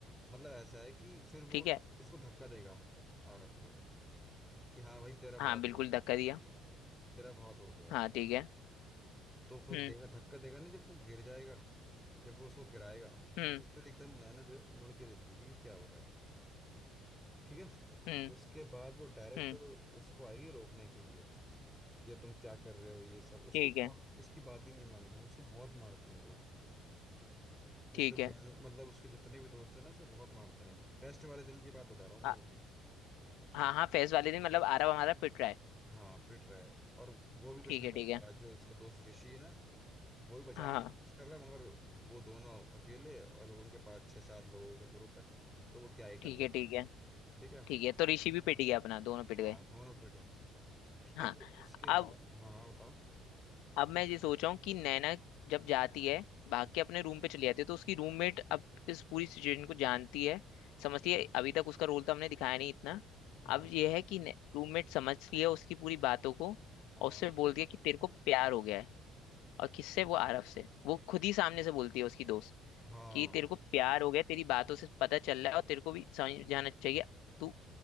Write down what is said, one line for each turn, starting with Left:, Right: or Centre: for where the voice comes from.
Centre: मतलब ऐसा है कि फिर वो
Left: ठीक है
Centre: उसको धक्का देगा आरफ को कि हाँ भाई तेरा बहुत
Left: हाँ बिल्कुल
Centre: हो गया
Left: धक्का दिया
Centre: तेरा बहुत हो गया अब
Left: हाँ ठीक है
Centre: तो फिर
Left: हम्म
Centre: देगा धक्का देगा ना जब वो गिर जाएगा जब वो उसको गिराएगा
Left: हम्म
Centre: तो फिर एकदम नैना जो है मुड़ के देखेगी कि क्या हो रहा है ठीक है
Left: हम्म
Centre: उसके बाद वो डायरेक्ट
Left: हम्म
Centre: उसको आएगी रोकने के लिए ये तुम क्या कर रहे हो ये सब उसको
Left: ठीक
Centre: बहुत
Left: है
Centre: उसकी बात ही नहीं मानता उसको बहुत मारते हैं लोग जिसको
Left: ठीक है
Centre: गैंग मतलब उसके जितने भी दोस्त हैं ना उसको बहुत मारते हैं फेस्ट वाले दिन की बात बता रहा हूँ मैं
Left: आ-
Centre: ये
Left: हाँ हाँ फेस्ट वाले दिन मतलब आरव हमारा पिट रहा है
Centre: हाँ पिट रहा है और वो भी कुछ
Left: ठीक
Centre: नहीं
Left: है
Centre: कर
Left: ठीक
Centre: पा
Left: है
Centre: रहा जो उसका दोस्त ऋषि है ना वो भी बचाने
Left: हाँ
Centre: की कोशिश कर रहा है मगर वो दोनों अकेले और उनके पास छः सात लोगों का ग्रुप है तो वो क्या ही कर
Left: ठीक
Centre: लेंगे
Left: है ठीक है
Centre: ठीक है
Left: ठीक है तो ऋषि भी पिट गया अपना दोनों पिट
Centre: हाँ
Left: गए
Centre: दोनों पिट है ठीक
Left: हाँ
Centre: है तो उसके
Left: अब
Centre: बाद हाँ हाँ बताओ
Left: अब मैं ये सोच रहा हूँ कि नैना जब जाती है भाग
Centre: हम्म,
Left: के अपने रूम पे चली जाती है तो उसकी रूममेट अब इस पूरी सिचुएशन को जानती है समझती
Centre: हम्म,
Left: है अभी तक उसका रोल तो हमने दिखाया नहीं इतना
Centre: हाँ
Left: अब ये है कि रूममेट समझती है उसकी पूरी बातों को
Centre: हाँ
Left: और उससे बोलती है कि तेरे को प्यार हो गया है और किससे वो आरव से वो खुद ही सामने से बोलती है उसकी दोस्त
Centre: हाँ
Left: कि तेरे को प्यार हो गया है, तेरी बातों से पता चल रहा है और तेरे को भी समझ जाना चाहिए तू